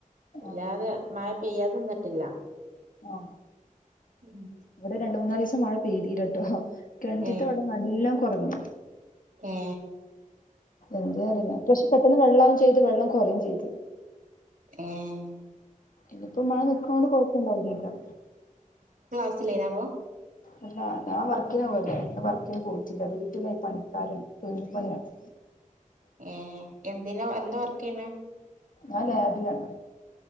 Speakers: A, on the right; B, on the left.
A: അല്ലാതെ
B: ആഹ്
A: മഴ പെയ്യാതെ നിന്നിട്ടില്ല
B: ആ
A: ഉം
B: ഇവിടെ രണ്ട്മൂന്നാലിസം മഴ പെയ്തിലട്ടോ കിണറ്റിത്തെ
A: ഏ
B: വെള്ളം നല്ലോം കുറഞ്ഞു
A: ഏ
B: എന്തെ അറിയില്ല പക്ഷെ പെട്ടെന്ന് വെള്ളം വെള്ളം കുറയും ചെയ്ത്
A: ഏഹ്
B: ഇനിപ്പോ മഴ നിക്ക്നൊണ്ട് കുഴപ്പുണ്ടാവില്ലായിരിക്കും
A: ഇല്ലായിരിന്നപ്പോ
B: അല്ല ഞാൻ വർക്കിന് പോവല്ലേ ഇന്ന് വർക്കിന് പോയിട്ടില്ല വീട്ടിലേ പണിക്കാരുണ്ട് വീട്പ്പണിയാണ്
A: ഏ എന്തിന് എന്താ വർക്ക് ചെയ്യുന്നേ
B: ഞാൻ ലാബിലാണ്